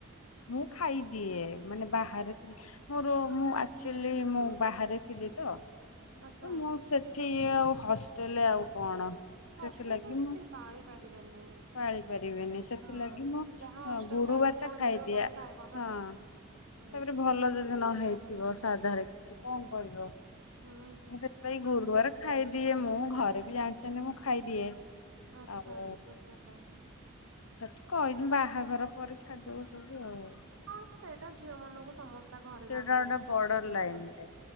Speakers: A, on the left; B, on the right.
A: ମୁଁ ଖାଇଦିଏ ମାନେ ବାହାରେ ମୋର ମୁଁ ଆକ୍ଚୁଅଲି ମୁଁ ବାହାରେ ଥିଲି ତ।
B: ଆଚ୍ଛା
A: ମୁଁ ସେଠି ଇଏ ଆଉ ହଷ୍ଟେଲରେ ଆଉ କଣ।
B: ହଷ୍ଟେଲରେ
A: ସେଥିଲାଗି
B: କିଛି
A: ମୁଁ
B: ପାଳି ପାରିବେନି
A: ପାଳି ପାରିବିନି ସେଥିଲାଗି
B: ହଁ ସେଠି
A: ମୁଁ
B: ଯାହା ହଷ୍ଟେଲ
A: ଗୁରୁବାର
B: ଖାଇବା ତ
A: ଟା
B: ଯାହା
A: ଖାଇଦିଏ
B: ମିଳିବ ତମେ ଖାଇବ ନା।
A: ହଁ
B: ହୁଁ
A: ତାପରେ ଭଲ ଯଦି ନ ହେଇଥିବ ସାଧାରେ କିଛି କଣ କରିବ। ମୁ
B: ହୁଁ।
A: ସେଥିପାଇଁ ଗୁରୁବାର ଖାଇଦିଏ ମୁଁ ଘରେ ବି ଜାଣିଛନ୍ତି ମୁଁ ଖାଇଦିଏ।
B: ଆଚ୍ଛା
A: ଆଉ
B: ବୁଝିଲି।
A: ସେଠି କହିନି ବାହାଘର ପରେ ଛାଡିଦବ ସବୁ ଆଉ।
B: ହଁ ସେଇଟା ଝିଅ ମାନଙ୍କୁ ସମସ୍ତେ ତା ଘରେ
A: ସେଇଟା
B: ବି ଆମ ଘରେ
A: ଗୋଟେ
B: ବି ସେମତି
A: ବର୍ଡର
B: କୁହନ୍ତି।
A: ଲାଇନ ଟେ